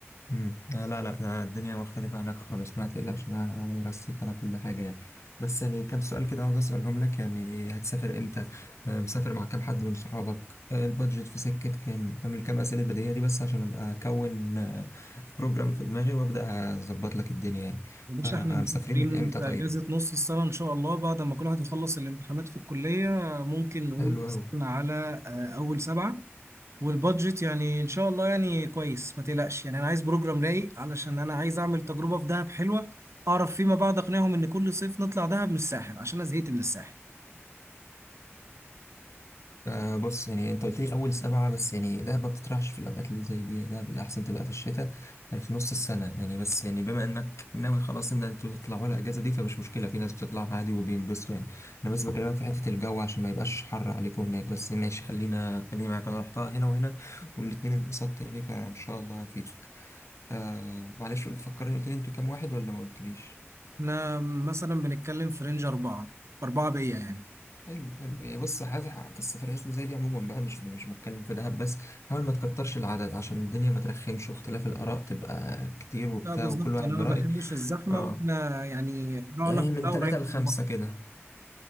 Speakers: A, on the left (about 80°); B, on the right (about 75°).
A: امم آه لا لا ده الدنيا مختلفة هناك خالص ما تقلقش أنا أنا برسيك على كل حاجة يعني بس يعني كام سؤال كده عاوز أسألهم لك يعني هتسافر إمتى؟ آه مسافر مع كام حد من صحابك؟ آه البادجت في سكة كام؟ أعمل كام أسئلة بديهية دي بس عشان أبقى أكون آه بروجرام في دماغي وأبدأ أظبط لك الدنيا يعني
B: يا باشا
A: فمسافرين
B: احنا مسافرين
A: من إمتى
B: في
A: طيب؟
B: اجازه نص السنه ان شاء الله بعد ما كل واحد يخلص الامتحانات في الكليه ممكن نقول
A: حلو أوي
B: مثلا على آه، اول سبعه والبادجت يعني ان شاء الله يعني كويس ما تقلقش يعني انا عايز بروجرام رايق علشان انا عايز اعمل تجربه في دهب حلوه اعرف فيما بعد اقنعهم ان كل صيف نطلع دهب من الساحل عشان انا زهقت من الساحل
A: آه بص يعني انت قلت لي اول سبعه بس يعني دهب ما بتطرحش في الاوقات اللي زي دي دهب الاحسن تبقى في الشتاء يعني في نص السنه يعني بس يعني بما انك ناوي خلاص ان انتوا تطلعوا على الاجازه دي فمش مشكله في ناس بتطلع عادي وبينبسطوا يعني انا بس بكلمك في حته الجو عشان ما يبقاش حر عليكم هناك بس ماشي خلينا خلينا معاك انا رحتها هنا وهنا والاتنين انبسطت يعني فان شاء الله هفيدك آه معلش قلت فكرني قلت لي انتوا كام واحد ولا ما قلتليش
B: احنا مثلا بنتكلم في رينج أربعة أربعة بيا يعني
A: حلو حلو يعني بص حاجة في السفريات اللي زي دي عموما بقى مش مش بتكلم في دهب بس حاول ما تكترش العدد عشان الدنيا ما ترخمش واختلاف الآراء تبقى كتير وبتاع
B: لا بالظبط
A: وكل واحد
B: أنا
A: برأي
B: ما بحبش الزحمة
A: اه
B: وإحنا يعني جوعنا
A: يعني
B: كلها
A: من ثلاثة
B: قريبة
A: لخمسة
B: من بعض
A: كده